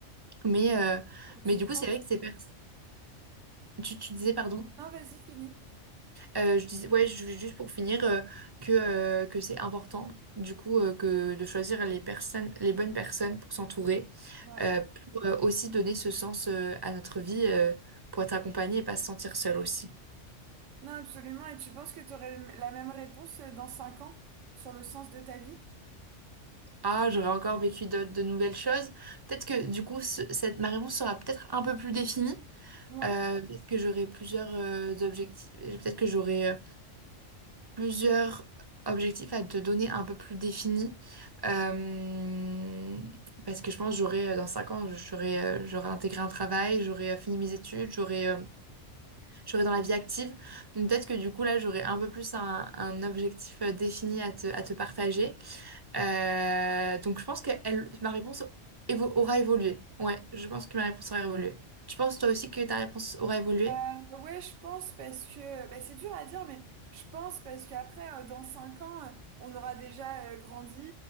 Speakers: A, on the right; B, on the right.
A: Mais, euh,
B: Et tu
A: mais du
B: penses...
A: coup, c'est vrai que c'est... per- Tu, tu disais, pardon?
B: Non, vas-y, finis.
A: Euh, je disais, ouais, je- juste pour finir, euh, que, euh, que c'est important, du coup, euh, que de choisir les personnes, les bonnes personnes pour s'entourer,
B: Ouais.
A: euh, pour euh, aussi donner ce sens euh, à notre vie, euh, pour être accompagné et pas se sentir seul aussi.
B: Non, absolument. Et tu penses que tu aurais la même réponse euh, dans 5 ans sur le sens de ta vie?
A: Ah, j'aurais encore vécu de, de nouvelles choses. Peut-être que, du coup, ce- cette, ma réponse sera peut-être un peu plus définie,
B: Ouais.
A: euh, parce que j'aurai plusieurs euh, objectifs. Peut-être que j'aurai euh, plusieurs objectifs à te donner un peu plus définis. Euh, parce que je pense que j'aurai, dans 5 ans, j'aurai euh, j'aurai intégré un travail, j'aurai euh, fini mes études, j'aurai euh, j'aurai dans la vie active. Donc peut-être que du coup, là, j'aurai un peu plus un, un objectif euh, défini à te, à te partager. Euh, donc je pense que elle- ma réponse évo- aura évolué. Ouais, je pense que ma réponse aura évolué. Tu penses toi aussi que ta réponse aura évolué?
B: Euh, ouais, je pense parce que bah, c'est dur à dire, mais je pense parce qu'après, euh, dans cinq ans, euh, on aura déjà euh, grandi,